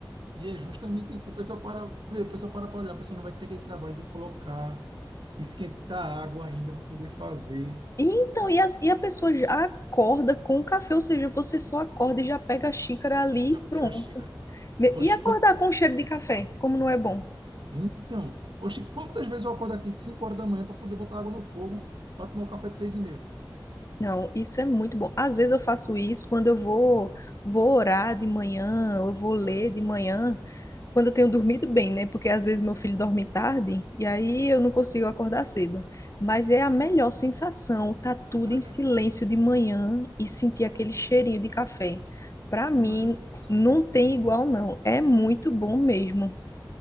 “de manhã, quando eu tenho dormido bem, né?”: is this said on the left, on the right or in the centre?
Left